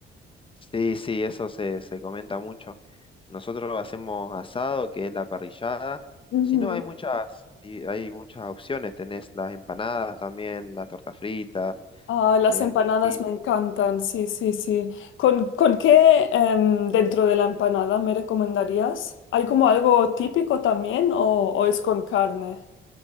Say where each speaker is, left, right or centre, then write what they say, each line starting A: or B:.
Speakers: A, on the left; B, on the left.
A: Sí, sí, eso se, se comenta mucho. Nosotros hacemos asado, que es la parrillada.
B: Ujú.
A: Si no, hay muchas, y hay muchas opciones. Tenés las empanadas también, las tortas fritas.
B: Ah, las
A: eh,
B: empanadas
A: y
B: me encantan, sí, sí, sí. ¿Con, con qué em, dentro de la empanada me recomendarías? ¿Hay como algo típico también o, o es con carne?